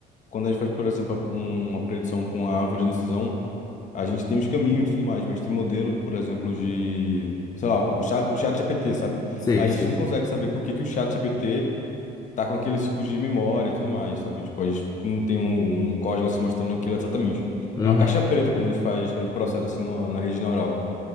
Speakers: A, on the left (about 45°); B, on the left (about 20°).
A: quando a gente faz, por exemplo, a- um- uma predição com a árvore de decisão, a gente tem os caminhos e tudo mais, mas tem modelo, por exemplo, de, sei lá, o chat, o chat GPT, sabe?
B: sei,
A: A gente
B: sei.
A: não consegue saber por que que o chat GPT tá com aquele tipo de memória e tudo mais, sabe? Tipo, a gente não tem um, um código assim mostrando aquilo exatamente.
B: Uhum.
A: É uma caixa preta quando a gente faz, quando a gente processa assim na, na rede neural.